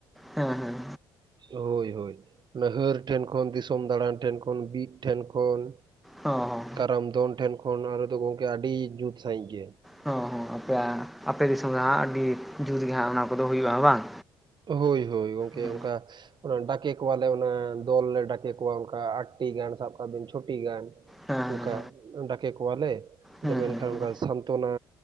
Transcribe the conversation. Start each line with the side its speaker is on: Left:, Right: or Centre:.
Centre: ᱦᱳᱸ ᱦᱳᱸ
Right: ᱦᱳᱭ ᱦᱳᱭ ᱚᱱᱟ ᱟᱹᱨ ᱴᱷᱮᱱ ᱠᱷᱚᱱ ᱫᱤᱥᱚᱢ ᱫᱟᱬᱟᱱ᱾ ᱴᱷᱮᱱ ᱠᱷᱚᱱ ᱵᱤᱫ ᱴᱷᱮᱱ ᱠᱷᱚᱱ᱾
Centre: ᱦᱚᱸ ᱦᱚᱸ
Right: ᱠᱟᱨᱟᱢ ᱫᱚᱱ ᱴᱷᱮᱱ ᱠᱷᱚᱱ ᱟᱞᱮ ᱫᱚ ᱜᱳᱝᱠᱮ ᱟᱹᱰᱤ ᱡᱩᱛ ᱥᱟᱺᱦᱤᱡ ᱜᱮ᱾
Centre: ᱦᱚᱸ ᱦᱚᱸ ᱟᱯᱮᱭᱟᱜ ᱟᱯᱮ ᱫᱤᱥᱚᱢ ᱫᱚ ᱦᱟᱸᱜ ᱟᱹᱰᱤ ᱡᱩᱛ ᱜᱮ ᱦᱟᱸᱜ ᱚᱱᱟ ᱠᱚᱫᱚ ᱦᱩᱭᱩᱜᱼᱟ ᱵᱟᱝ?
Right: ᱦᱩᱭ ᱦᱩᱭ ᱜᱳᱝᱠᱮ
Centre: ᱦᱮᱸ
Right: ᱚᱱᱠᱟ ᱰᱟᱠᱮ ᱠᱚᱣᱟᱞᱮ ᱚᱱᱟ ᱫᱚᱞ ᱞᱮ ᱰᱟᱠᱮ ᱠᱚᱣᱟ ᱚᱱᱠᱟ ᱟᱴᱴᱤ ᱜᱟᱱ ᱥᱟᱵ ᱠᱟᱜ ᱵᱤᱱ ᱪᱷᱚᱴᱤ ᱜᱟᱱ᱾
Centre: ᱦᱮᱸ
Right: ᱚᱱᱠᱟ
Centre: ᱦᱮᱸ
Right: ᱰᱟᱠᱮ ᱠᱚᱣᱟ ᱞᱮ ᱟᱫᱚ
Centre: ᱦᱩᱸ
Right: ᱢᱮᱱᱠᱷᱟᱱ
Centre: ᱦᱩᱸ ᱦᱩᱸ
Right: ᱚᱱᱠᱟ ᱥᱟᱱᱛᱚᱱᱟᱼᱼ